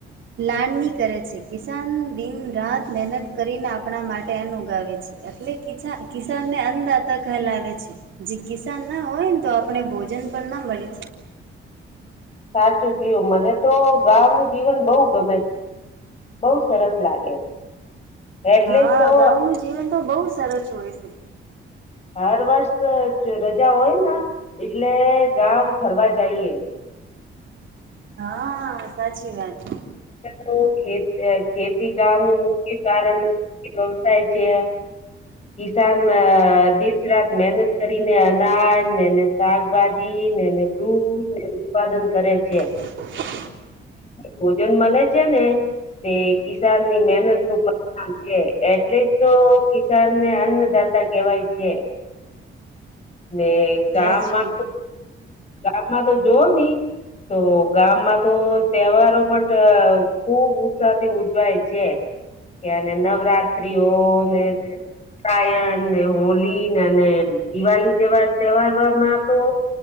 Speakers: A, on the right; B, on the left.
A: લાણની કરે છે કિસાન દિન રાત મેનત કરીને આપણા માટે અન્ન ઉગાવે છે. એટલે કિચા કિસાનને અન્નદાતા કહેલાવે છે. જે કિસાન ના હોય ને તો આપણે ભોજન પન ના મળે છે.
B: સાચું કીયું મને તો ગાવ નું જીવન બહુ ગમે છે. બઉ સરસ લાગે. એટલે
A: હા
B: જ તો
A: ગાવા નું જીવન તો બહુ સરસ હોય છે.
B: હર વર્ષ તો રજા હોય ના. એટલે ગામ ફરવા જાઈએ.
A: હઆ. સાચી વાત.
B: હું ખેત અ ખેતી ગામ નું મુખ્ય કારણ <unintelligible> થાય છે કિસાન અ દીસ રાત મહેનત કરીને અનાજ ને એને શાકભાજી ને એને દૂધ ને ઉત્પાદન કરે છે.
A: <inaudible>
B: ભોજન મલે છે ને તે કિસાન ની મહેનત નું પા આમ છે એટલે જ તો કિસાન ને અન્નદાતા કેવાય છે.
A: <inaudible>
B: ને
A: હાચુ
B: ગામમાં ગામમાં તો જો ની તો ગામમાં તો તહેવારો બટ ખુબ ઉત્સાહ થી ઉજવાય છે. ક્યારે નવરાત્રીઓ ને ટાયર ને હોલી અને દિવાળી જેવા તહેવારોમાં તો